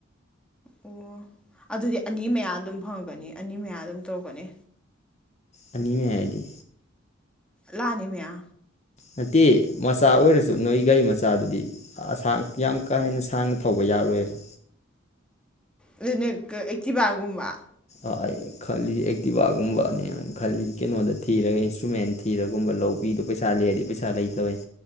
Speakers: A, in the centre; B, on the left.
A: ꯑꯣ ꯑꯗꯨꯗꯤ ꯑꯅꯤ ꯃꯌꯥ ꯑꯗꯨꯝ ꯐꯪꯉꯛꯀꯅꯤ ꯑꯅꯤ ꯃꯌꯥ ꯑꯗꯨꯝ ꯇꯧꯔꯛꯀꯅꯤ
B: ꯑꯅꯤ ꯃꯌꯥ ꯍꯥꯏꯗꯤ
A: ꯂꯥꯛ ꯑꯅꯤ ꯃꯌꯥ
B: ꯅꯠꯇꯦ ꯃꯆꯥ ꯑꯣꯏꯔꯁꯨ ꯅꯣꯏ ꯒꯥꯔꯤ ꯃꯆꯥꯗꯨꯗꯤ ꯑꯁꯥꯡ ꯌꯥꯝ ꯀꯥ ꯍꯦꯟꯅ ꯁꯥꯡꯅ ꯊꯧꯕ ꯌꯥꯔꯣꯏꯕ
A: ꯑꯗꯨꯅ ꯀꯩ ꯑꯦꯛꯇꯤꯚꯥꯒꯨꯝꯕ
B: ꯑꯩ ꯈꯜꯂꯤꯁꯦ ꯑꯦꯛꯇꯤꯚꯒꯨꯝꯕꯅꯦ ꯈꯜꯂꯤꯁꯦ ꯀꯩꯅꯣꯗ ꯊꯤꯔꯒ ꯏꯟꯁꯇ꯭ꯔꯨꯃꯦꯟ ꯊꯤꯔꯒꯨꯝꯕ ꯂꯧꯕꯤꯗꯣ ꯄꯩꯁꯥ ꯂꯩꯔꯗꯤ ꯄꯩꯁꯥ ꯂꯩꯇꯕꯩ